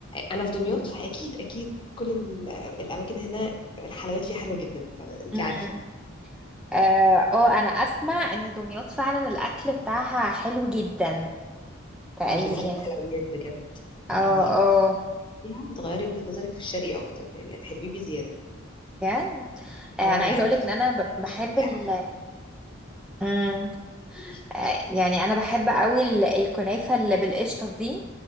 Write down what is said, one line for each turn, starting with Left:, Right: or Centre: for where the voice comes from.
Left: انا في دمياط فاكيد اكيد كل ال- الاماكن هنا الحلويات فيها حلوه جدا فانت
Centre: مم.
Left: عارفه
Centre: اه آه، انا اسمع ان دمياط فعلا الاكل بتاعها حلو جدا تقريبا
Left: اه بالذات
Centre: يعني
Left: الحلويات بجد
Centre: اه
Left: يعني
Centre: اه
Left: فيها وتغيري وجهه نظرك في الشرقي اكتر يعني هتحبيه بزياده
Centre: بجد آه،
Left: اه
Centre: انا
Left: لا
Centre: عايزه
Left: انا
Centre: اقولك ان انا ب-
Left: فاهمة
Centre: بحب
Left: الشرقي
Centre: ال
Left: احلى كتير
Centre: مم،
Left: قولي
Centre: آه، يعني انا بحب قوي ال- الكنافه اللي بالقشطه دي